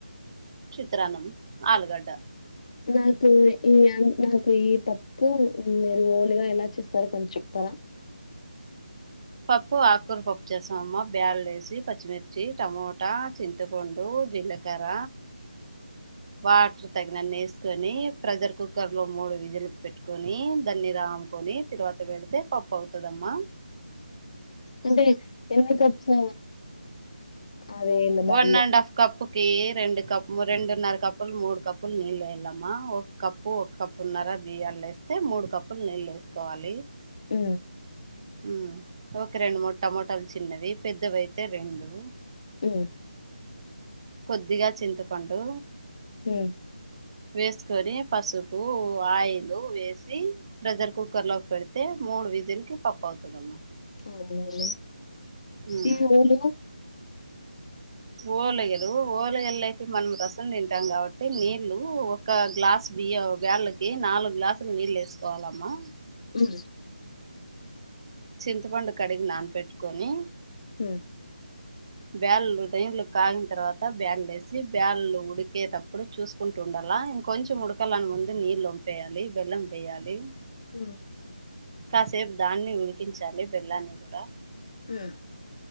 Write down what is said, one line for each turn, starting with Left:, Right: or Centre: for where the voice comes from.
Right: చిత్రానం ఆలగడ్డ
Left: నాకు ఈ నాకు ఈ పప్పు మీరు ోలుగా ఎలా చేస్తారుో కొంచం చెప్తారా
Right: పప్పు ఆకూర పప్పు చేస్తామమ్మ బ్యాాల వేసి పచ్చిమిర్చి టమోటా చింతపండు జీలకర్ర వాటర్ తగినన్ని వేసుకొని ప్రెషర్ కుక్కర్ లో మూడు విజిలు పెట్టుకొని దాన్ని రామ్కొని తరువాత వెడితే పప్పు అవుతదమ్మా
Left: అంటే ఎన్ని కప్స్ అవి ఇలా బ్యాల్లు
Right: వన్ అండ్ హాఫ్ కప్పు రెండు కప్పు రెండున్నర కప్పులు మూడు కప్పులు నీళ్ళు వేయలమ్మా ఒక కప్పు ఒక కప్పు ఉన్నారా బియలు వేస్తే మూడు కప్పులు నీళ్ళు వేసుకోవాలి
Left: ఆ
Right: ఉ ఒక రెండు మూ టమోటాలు చిన్నవి పెద్దవి అయితే రెండు
Left: ఆ
Right: కొద్దిగా చింతపండు
Left: హ
Right: వేసుకొని పసుపు ఆయిల్ వేసి ప్రెషర్ కుక్కర్ లోకి పెడితే మూడు విజిలకి పప్పు అవుతుదమ్మా
Left: అదే అదే
Right: ఉమ్
Left: ఈ ఓలి
Right: ఓలగలు ఓలగరలుపి మనం రసం తింటాం కాబట్టి నీళ్లు ఒక గ్లాసు బియ్య బేళ్ళకి నాలుగు గ్లాసులు నీళ్ళు వేసుకోవాలమ్మా
Left: అవు
Right: చింతపండు కడిగి నాన పెెట్టుకొని
Left: హ
Right: బ్యాల్లు రైంళ్లు కాగిన తర్వాత బ్యాళ్లు వేసి బ్యాళ్లు ఉడికేటప్పుడు చూసుకుంటు ఉండాల ఇంకొంచెం ఉడకాలని ముందు నీళ్ు వంపేయాలి బెల్లం వేయాలి
Left: హమ్
Right: కాసేపు దాన్ని ఉడికించాలి బెల్లాన్ని కూడా
Left: ఉమ్